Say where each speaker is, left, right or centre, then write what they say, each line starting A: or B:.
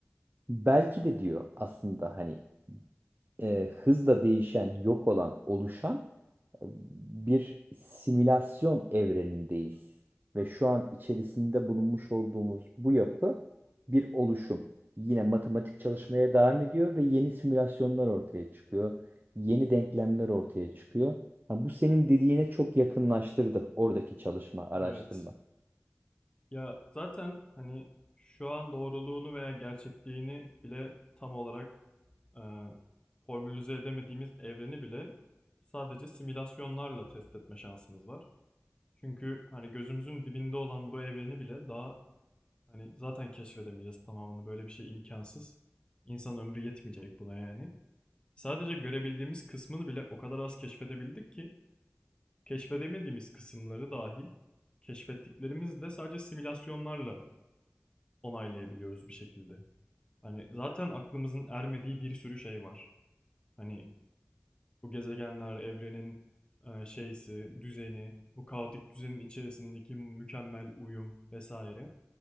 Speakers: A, on the right (about 40°); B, on the left (about 20°).
A: Belki de diyor aslında hani e, hızla değişen, yok olan, oluşan bir simülasyon evrenindeyiz. Ve şu an içerisinde bulunmuş olduğumuz bu yapı bir oluşum. Yine matematik çalışmaya devam ediyor ve yeni simülasyonlar ortaya çıkıyor. Yeni denklemler ortaya çıkıyor. Ha, bu senin dediğine çok yakınlaştırdı oradaki çalışma, araştırma.
B: Evet. Ya zaten hani şu an doğruluğunu veya gerçekliğini bile tam olarak e, formülize edemediğimiz evreni bile sadece simülasyonlarla test etme şansımız var. Çünkü hani gözümüzün dibinde olan bu evreni bile daha hani zaten keşfedemeyeceğiz tamamını. Böyle bir şey imkansız. İnsan ömrü yetmeyecek buna yani. Sadece görebildiğimiz kısmını bile o kadar az keşfedebildik ki keşfedemediğimiz kısımları dahil keşfettiklerimiz de sadece simülasyonlarla onaylayabiliyoruz bir şekilde. Hani zaten aklımızın ermediği bir sürü şey var. Hani bu gezegenler, evrenin, eee, şeysi, düzeni, bu kaotik düzenin içerisindeki mükemmel uyum vesaire.